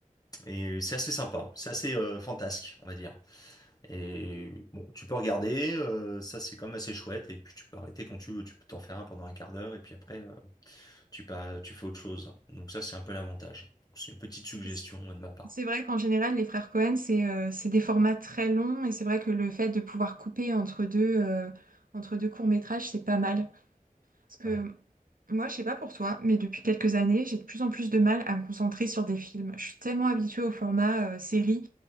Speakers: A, on the left (about 25°); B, on the right (about 75°).
A: Et c'est assez sympa. C'est assez euh, fantasque, on va dire. Et bon, tu peux regarder. euh, ça, c'est quand même assez chouette. Et puis tu peux arrêter quand tu veux. Tu peux t'en faire un pendant un quart d'heure. Et puis après, euh, tu pas, tu fais autre chose. Donc ça, c'est un peu l'avantage. Donc, C'est une petite suggestion
B: Oui,
A: euh, de ma part.
B: C'est vrai qu'en général, les frères Cohen, c'est euh, c'est des formats très longs et c'est vrai que le fait de pouvoir couper entre deux, euh, entre deux courts-métrages, c'est pas mal. Parce que
A: Ouais.
B: moi, je sais pas pour toi, mais depuis quelques années, j'ai de plus en plus de mal à me concentrer sur des films. Je suis tellement habituée au format euh, série